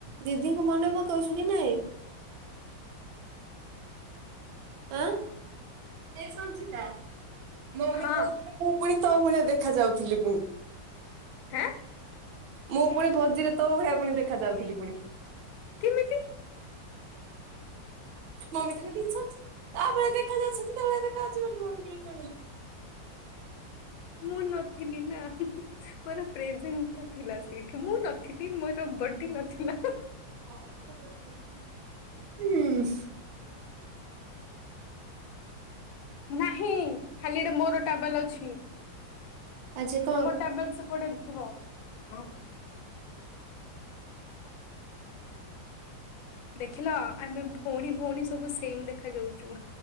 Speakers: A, on the right; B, on the left.
A: ଦିଦିଙ୍କୁ ମନେ ପକଉଛୁ କି ନାଇଁ? ଆ ଏ ସଞ୍ଚିତା ମମି
B: ହଁ
A: କହୁ ମୁଁ ପୁଣି ତୋ ଭଳିଆ ଦେଖା ଯାଉଥିଲି ପୁଣି।
B: ହାଁ।
A: ମୁଁ ପୁଣି ଭୋଜିରେ ତୋ ଭଳିଆ ପୁଣି ଦେଖା ଯାଉଥିଲି ପୁଣି।
B: କେମତି?
A: ମମି ତ କହିଲେ ତା ଭଳି ଦେଖା ଯାଉବେଳେ ଦେଖାବନି ମମି କେହି କଣ?
B: ମୁଁ ନଥିଲି ନା ମୋର ପ୍ରେଜେଣ୍ଟା ଥିଲା ସେଠି ମୁଁ ନଥିଲି। ଥିଲି ମୋର ବାର୍ଥଡେ ନଥିଲା।
A: ହୁଁ।
B: ନାହିଁ ଖାଲିଟେ ମୋର ଟାବଲ ଅଛି।
A: ଆଜି କଣ
B: ତମ
A: କ
B: ଟାବଲ ସେପଟେ ଥିବ ହଁ। ଦେଖିଲ ଆମେ ଭଉଣୀ ଭଉଣୀ ସବୁ ସେମ ଦେଖା ଯାଉଛୁ।